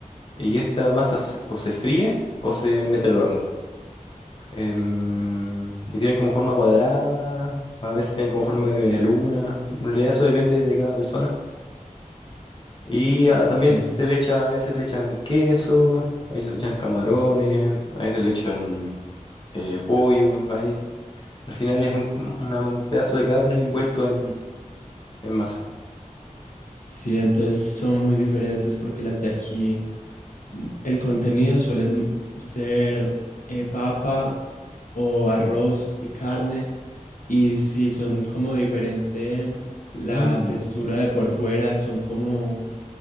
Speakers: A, on the left (about 35°); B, on the left (about 70°).
A: Y esta masa se- o se fríe o se mete al horno. Em, y tienen como forma cuadrada, a veces tienen como forma de media luna. En realidad eso depende de cada persona. Y
B: Sí,
A: ah, también se le echa, a veces le echan queso, a veces le echan camarones, a veces le echan eh, pollo. Ahí, al final es un, una- un pedazo de carne envuelto en, en masa.
B: sí, entonces son muy diferentes porque las de aquí, mm, el contenido suele m- ser eh, papa o arroz y carne. Y sí, son como diferente la
A: Mm.
B: textura de por fuera, son como